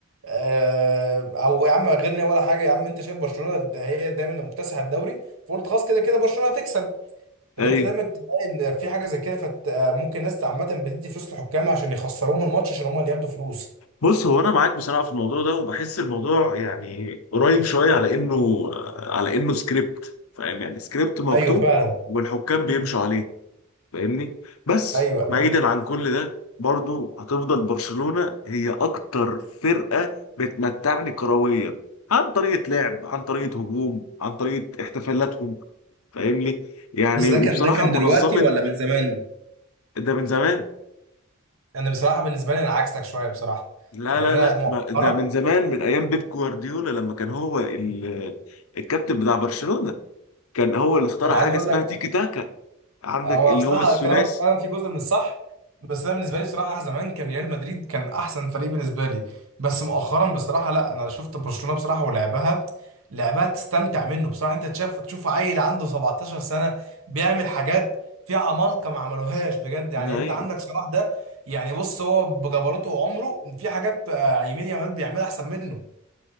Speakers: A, on the right; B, on the left.
A: آه، او يا عم غيرنا ولا حاجه يا عم انت شايف برشلونه ده هي دايما اللي مكتسحه الدوري فقلت خلاص كده كده برشلونه هتكسب فانت
B: ايوه
A: دايما تلاقي ان في حاجه زي كده فممكن الناس عامه بتدي فلوس للحكام عشان يخسروهم الماتش عشان هم اللي ياخدوا فلوس
B: بص هو انا معاك بصراحه في الموضوع ده وبحس الموضوع يعني قريب شويه على انه على انه سكريبت فاهم يعني سكريبت مكتوب
A: ايوه فعلا
B: والحكام بيمشوا
A: مم.
B: عليه فاهمني بس
A: ايوه
B: بعيدا
A: ايوه
B: عن كل ده برضو هتفضل برشلونة هي اكتر فرقة بتمتعني كرويا عن طريقة لعب عن طريقة هجوم عن طريقة احتفالاتهم فاهمني يعني
A: بس ده
B: وبصراحة
A: كان ده كان
B: منظمة
A: دلوقتي ولا من زمان
B: ده من زمان
A: انا بصراحه بالنسبه لي انا عكسك شويه بصراحه
B: لا
A: يعني
B: لا
A: انا
B: لا
A: مؤخرا
B: ما- ده من زمان من ايام بيب جوارديولا لما كان هو ال- الكابتن بتاع برشلونة كان هو اللي اخترع
A: انا
B: حاجة
A: عايز اقول
B: اسمها
A: لك
B: تيكي تاكا عندك
A: هو
B: اللي
A: بصراحة
B: هو الثلاثي
A: كلامك فعلا في جزء من الصح بس أنا بالنسبة لي بصراحة زمان كان ريال مدريد كان أحسن فريق بالنسبة لي بس مؤخرا بصراحة لا أنا شفت برشلونة بصراحة ولعبها لعبها تستمتع منه بصراحة أنت تشوف تشوف عيل عنده 17 سنة بيعمل حاجات في عمالقة ما عملوهاش بجد يعني
B: أيوه.
A: أنت عندك صلاح ده يعني بص هو بجبروته وعمره في حاجات آه، يمين يامال بيعملها أحسن منه